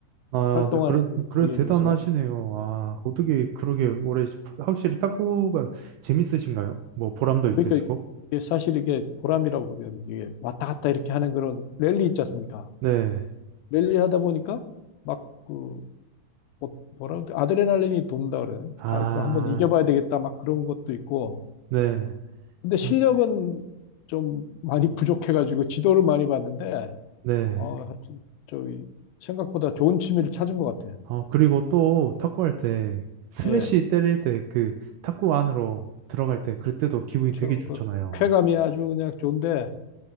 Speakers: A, on the right; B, on the left.
A: 아,
B: 활동하는
A: 네, 그래,
B: 그
A: 그래
B: 거기에
A: 대단하시네요.
B: 비해서.
A: 아, 어떻게 그러게 오래, 확실히 탁구가 재밌으신가요? 뭐 보람도 있으시고.
B: 그러니까 이게 사실 이게 보람이라고 보기에는 이게 왔다 갔다 이렇게 하는 그런 랠리 있지 않습니까?
A: 네.
B: 랠리 하다 보니까 막 그 뭐라 그 아드레날린이 돈다 그래요.
A: 아,
B: 아, 이거 한번 이겨봐야 되겠다 막 그런 것도 있고.
A: 네.
B: 근데 실력은
A: 이-
B: 좀 많이 <laughs> 부족해가지고 지도를 많이 봤는데
A: 네.
B: 어 하여튼 저기 생각보다 좋은 취미를 찾은 것 같아요.
A: 어, 그리고 또 탁구할 때 스매시
B: 예,
A: 때릴 때 그 탁구 안으로 들어갈 때 그때도 기분이
B: 그렇죠.
A: 되게 좋잖아요.
B: 그 쾌감이 아주 그냥 좋은데